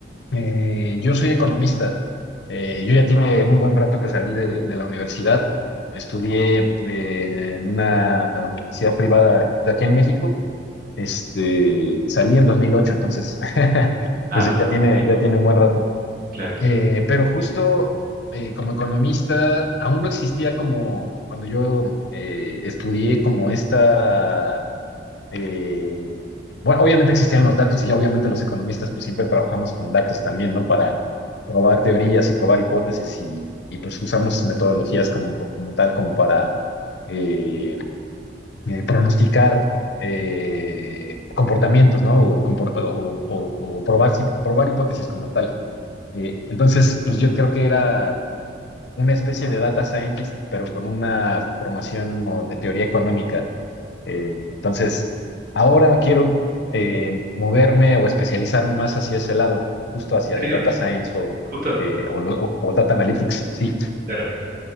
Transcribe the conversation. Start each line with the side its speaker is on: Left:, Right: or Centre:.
Left: eh, yo soy economista. Eh, yo ya tiene un buen rato que salí de, de la universidad. Estudié eh, en una universidad privada de aquí en México Este, salí en dos mil ocho entonces, <laughs>
Right: Ah,
Left: pues ya tiene,
Right: sí,
Left: ya tiene un buen rato.
Right: claro.
Left: Eh, pero justo eh, como economista, aún no existía como cuando yo eh, estudié como esta... eh, bueno, obviamente existían los datos y ya obviamente los economistas pues siempre trabajamos con datos también, ¿no? Para probar teorías y probar hipótesis y, y, pues usamos metodologías como, como tal, como para... eh, eh, pronosticar eh, comportamientos, ¿no? O, compor- o- o- o probar, si- probar hipótesis como tal. Eh, entonces, pues yo creo que era una especie de data scientist, pero con una formación o de teoría económica. Eh, entonces, ahora quiero eh, moverme o especializarme más hacia ese lado, justo hacia
Right: ¿En
Left: el
Right: serio?
Left: data science o,
Right: Justo.
Left: eh, o lo- o- o data analytics, sí.
Right: Claro.